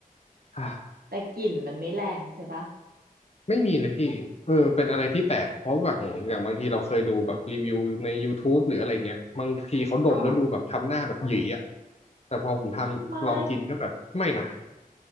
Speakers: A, on the left; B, on the right.
A: อ่ะ
B: แต่กลิ่นมันไม่แรงใช่ปะ
A: ไม่มีเลยพี่เออเป็นอะไรที่แปลกเพราะแบบอย่างบางทีเราเคยดูแบบรีวิวใน YouTube หรืออะไรเงี้ยบางทีเขาดมแล้วดูแบบทำหน้าแบบหยีอ่ะ
B: อ๋อ
A: แต่พอผมทำลองกินก็แบบไม่นะ
B: ไม่